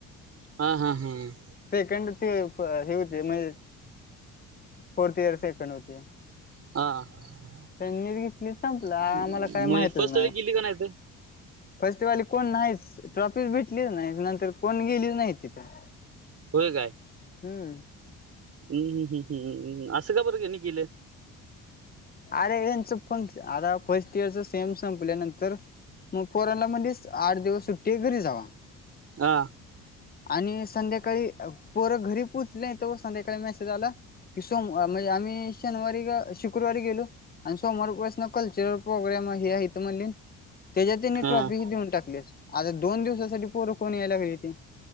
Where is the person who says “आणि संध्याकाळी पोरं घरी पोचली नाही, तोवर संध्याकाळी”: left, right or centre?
Left